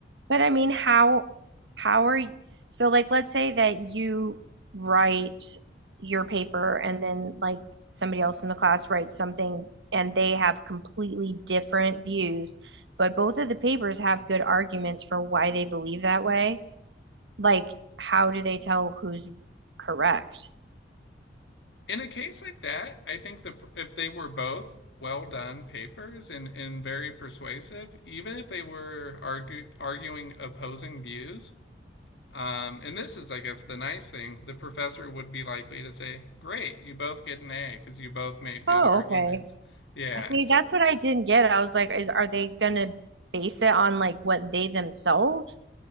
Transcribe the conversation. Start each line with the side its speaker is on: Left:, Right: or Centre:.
Right: But I mean, how how are you, so like let's say that you write your paper and then like somebody else in the class writes something and they have completely different views, but both of the papers have good arguments for why they believe that way. Like, how do they tell who's correct?
Left: in a case like that, I think the if they were both well done papers and, and very persuasive, even if they were argue, arguing opposing views, um, and this is, I guess, the nice thing, the professor would be likely to say, "Great, you both get an A because you both made good
Right: Oh,
Left: arguments."
Right: okay.
Left: Yeah,
Right: See,
Left: so
Right: that's what I didn't get. I was like, is are they gonna base it on like what they themselves